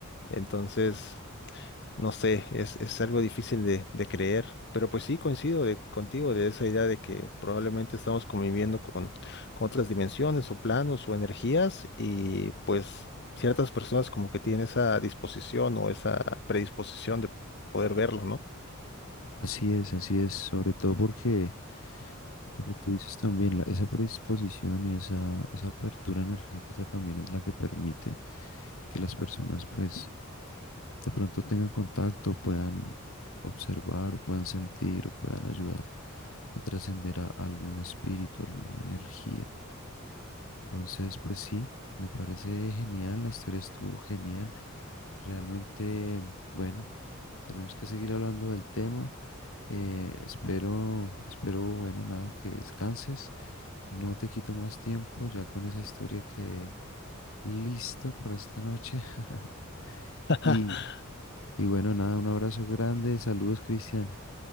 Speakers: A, on the left; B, on the left.
A: Entonces, no sé, es, es algo difícil de, de creer, pero pues sí coincido de, contigo de esa idea de que probablemente estamos conviviendo con, con otras dimensiones o planos o energías y pues ciertas personas como que tienen esa disposición o esa predisposición de poder verlo, ¿no?
B: Así es, así es, sobre todo porque lo que tú dices también, la- esa predisposición y esa, esa apertura energética también es la que permite que las personas pues de pronto tengan contacto, puedan observar, o puedan sentir o puedan ayudar a trascender a algún espíritu, alguna energía. Entonces, pues sí, me parece genial, la historia estuvo genial. Realmente, bueno, tenemos que seguir hablando del tema. Eh, espero, espero, bueno, nada, que descanses. No te quito más tiempo ya con esa historia que listo para esta noche. <laughs>
A: <laughs>
B: Y, y bueno, nada, un abrazo grande. Saludos, Cristian.